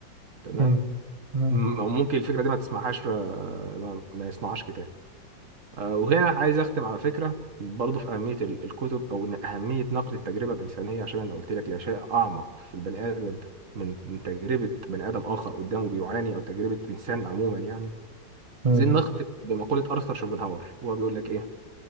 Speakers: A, on the right; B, on the right.
A: تمام
B: مم. مم.
A: م- أو ممكن الفكرة دي ما تسمعهاش آه، ما ما يصنعهاش كتاب آه، وهنا عايز أختم على فكرة برضو في أهمية ال- الكتب أو إن أهمية نقل التجربة الإنسانية عشان أنا قلت لك لا شيء أعمق في البني آدم من من تجربة بني آدم آخر قدامه بيعاني أو تجربة إنسان عموما يعني
B: مم.
A: عايزين نختم بمقولة أرثر شوبنهاور هو بيقول لك إيه؟